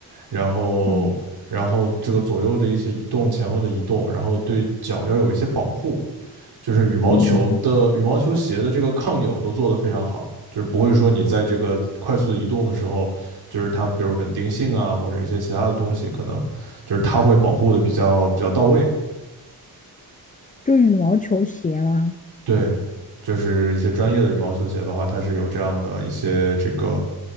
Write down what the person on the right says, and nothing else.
然后然后这个左右的一些移动、
前后的移动，然后对脚要有一些保护，就是羽毛球的羽毛球鞋的这个抗扭都做得非常好，
就是不会说你在这个快速移动的时候，就是它比如稳定性啊或者一些其他的东西，可能就是它会保护的比较比较到位，
对。就是一些专业的羽毛球鞋的话，它是有这样的一些这个